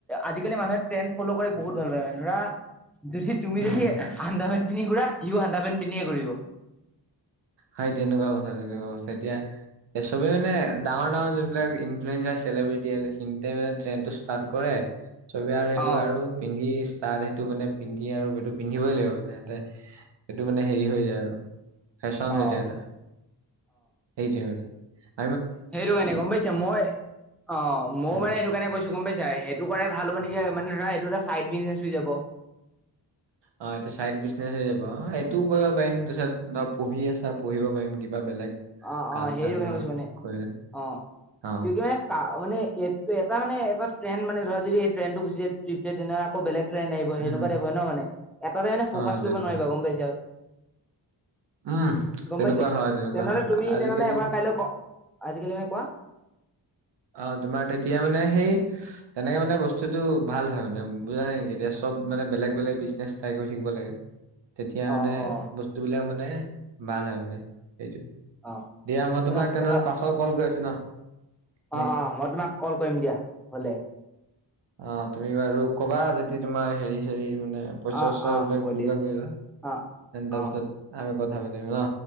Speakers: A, in the centre; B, on the right.
A: আজিকালি মানুহে টেন ফল' কৰি বহুত ভাল পায় মানে ধৰা যদি তুমি
B: উম
A: যদি আন্দ পন্ধি খুৰা সিও হান্দা পেনট পিন্ধিয়ে ঘ
B: হয়াই তেনেকুৱা কথা তেনেকুৱা কথা এতিয়া এই চবে মানে ডাঙৰ ডাঙৰ যোনবিলাক ইনফ্লুৱেন্ঞ্চাৰ চেলিব্ৰিটি মানে ট্ৰেন টো ষ্টাৰ্ট কৰে চবে আৰু সেইটো
A: অ',
B: আৰু পিন্ধি তাত সেইটো মানে পিন্ধি আৰু সেইটো পিন্ধিবই লাগিব মানে ততে সেইটো মানে হেৰি হৈ যায় আৰু ফেশ্বন
A: অ',
B: হৈ যায় এটা সেইটোোৱে মে
A: হেইৰু কাৰানে গম পাইছ মই অ ময়ও
B: উম
A: মানে সেইটো কাৰণে কৈছো গম পাইছা সেইটো কৰাই ভাল হ মানেক যে মানে ধৰা টো এটা চাইড বিজনেছ হৈ যাব
B: অ এটো চাইড বিজনেছ হৈ যাব অ এইটোও কৰিব পাৰিম তাৰিছত পঢ়ি আছা পঢ়িব পাৰিম কিবা বেলেগ
A: অ
B: কাম
A: অ সেইটো
B: চাম
A: কেনে
B: ধৰ
A: কৈছো মানে
B: কৰিলে
A: অ
B: অ
A: কি কি মানে কা মানে এটা মানে এটা ট্ৰেণ্ড মানে ধৰা যদি এই ট্ৰনটো গুিছে্ৰপ তেনেক বেলেগ ট্ৰেড আহিব
B: উম
A: সেনেকুৱা টাই হয় ন মান এটাটাই মানে ফকা
B: অ
A: কৰিব
B: তেনেকুৱা
A: নোৱাৰিবা গম পাইছা
B: উম
A: গম
B: তেনেকুৱা
A: পাইছে
B: হয় তেনেকুৱা
A: তেনেহ'লে
B: হয়
A: তুমি
B: আ- আজিকালি
A: তেনেহ'লে এবাৰ কাইলৈ ক আজিকালি মানে কোৱা
B: অ তোমাৰ তেতিয়া মানে সেই তেনেকে মানে বস্তুতটো ভাল হয় মানে বুজা নেকি এতিয়া মানে বেলেগ বেলেগ বিজনেছ ট্ৰাই কৰি থাকিব লাগে তেতিয়া
A: অ'
B: মানে
A: অ'
B: বস্তুবিলাক মানে ভাল হয় মানে সেইটো
A: অ'
B: দিয়া মই
A: শুনা
B: তোমাক তেনেহলে
A: তেনে
B: পাছৰ কল কৰি আছো ন নে
A: অ অ মই তোমাক কল কৰিম দিয়া হলে
B: অ তুমি বাৰু ক'বা যতিদি তোমাৰ হেৰি চেৰি মানে পইচা
A: অ'
B: চচা
A: অ'
B: বিলাক
A: হ'ব
B: যোগাৰ
A: দিয়া
B: কৰিবা
A: অ'
B: তাৰ
A: অ'
B: পিছত আমি কথা পাতিম ন